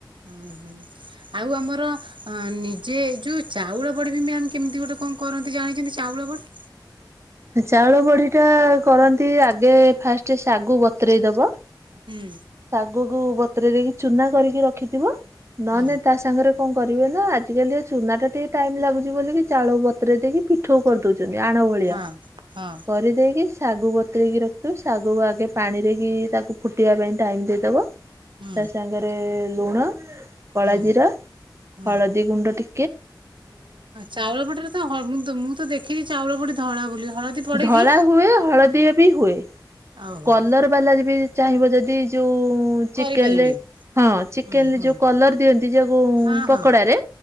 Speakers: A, on the right; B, on the right.
A: ହଁ ହୁଁ ଆଉ ଆମର ନିଜେ ଯୋଉ ଚାଉଳ ପଡିବି ମ୍ୟାମ୍ କେମିତି ଗୋଟେ କଣ କରନ୍ତି ଜାଣିଚନ୍ତି ଚାଉଳ ବଟ
B: ହଁ <inaudible> ଚାଉଳ ବଡି ଟା କରନ୍ତି, ଆଗେ ଫାଷ୍ଟ ସାଗୁ ବତୁରେଇ ଦବ।
A: ହୁଁ
B: ଶାଗୁକୁ ବତୁରେଇ ଦେଇକି ଚୁନା କରିକି ରଖିଥିବ ନ
A: ହୁଁ
B: ନେ ତା ସାଙ୍ଗରେ କଣ କରିବେ ନା ଆଜିକାଲି ଏ ଚୁନା ଟା ଟିକେ ଟାଇମ୍ ଲାଗୁଛି, ବୋଲିକି ଚାଉଳ ବତୁରେଇ ଦେଇକି ପିଠୋଉ କରିଦଉଛି । ଆଣ ଭଳିଆ
A: ହଁ ହଁ
B: କରିଦେଇକି ଶାଗୁ ବତଳେଇକି ରଖିଥିବୁ ଶାଗୁ ଆଗେ ପାଣିରେ କିି ତାକୁ ଫୁଟିବା ପାଇଁ ଟାଇମ ଦେଇଦବ।
A: ହୁଁ
B: ତା ସାଙ୍ଗରେ ଲୁଣ କଳା
A: ହୁଁ
B: ଜିରା
A: ହୁଁ।
B: ହଳଦୀ ଗୁଣ୍ଡ ଟି
A: ଚାଉଳ ପଡିରେ ତ ମୁଁ ମୁଁ ତ ଦେଖିଛିି ଚାଉଳ ପଡି ଧଳା ବୋଲି ହଳଦୀ ପଡେ
B: ଧଳା
A: କି?
B: ହୁଏ ହଳଦିଆ ବି ହୁଏ
A: ଓହୋ
B: କଲର ବାଲାରେ ବି ଚାହିଁବ ଯଦି ଯୋଉ ଚିକେନ
A: କରିପାରିବେ
B: ହଁ ଚିକେନରେ
A: ହୁଁ ହୁଁ
B: ଯୋଉ କଲର ଦିଅନ୍ତି ଯୋଉ
A: ହଁ
B: ପକୋଡ଼ାରେ
A: ହଁ